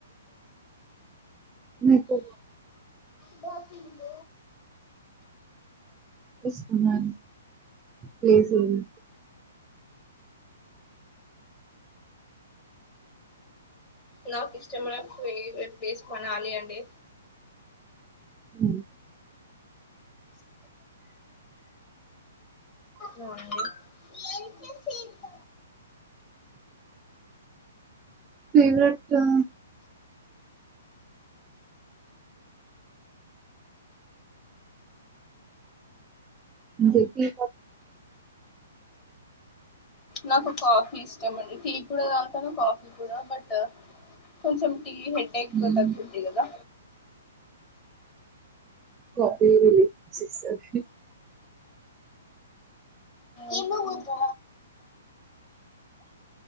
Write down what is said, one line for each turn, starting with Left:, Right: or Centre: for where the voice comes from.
Right: మీకు
Left: బాకింద
Right: ఇష్టమైన ప్లేస్ ఏది
Left: నాకు ఇష్టమైన ఫేవరట్ ప్లేస్ మనాలి అండి
Right: ఉమ్
Left: అవుడినండి ఎంతసేపు
Right: ఫేవరెట్ ఆ నువు ఎక్కే
Left: నాకు కాఫీ ఇష్టండి టీ కూడా తగుతాను కాఫీ కూడా బట్ కొంచెం టీ హెడేక్
Right: అంటే
Left: తగ్గుతది కదా
Right: కాపీ లేక్చ్చ సార్
Left: ఏమీ వద్దు